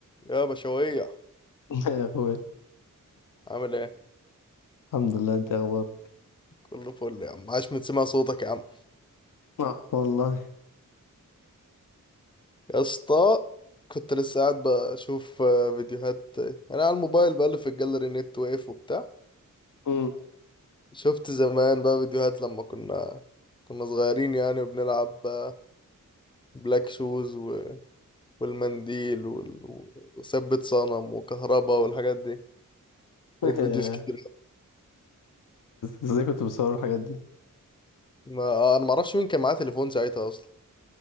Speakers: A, on the left; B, on the left.
A: يا بشوية
B: يا اخوي
A: عامل ايه؟
B: الحمد لله انت إيه اخبارك
A: كله فل يا عم عاش من سمع صوتك يا عم
B: آه. والله
A: يا اسطى كنت لسه قاعد بشوف آه، فيديوهات آه، انا على الموبايل بقلب في الجاليري نت واقف وبتاع
B: مم.
A: فشفت زمان بقى فيديوهات لما كنا كنا صغيرين يعني وبنلعب آه، بلاك شوز و... والمنديل وال... وثبت صنم وكهربا والحاجات دي
B: <laughs>
A: لقيت فيديوز كتير
B: ازاي كنت بصور الحاجات دي
A: ما... انا معرفش مين كان معاه تليفون ساعتها اصلا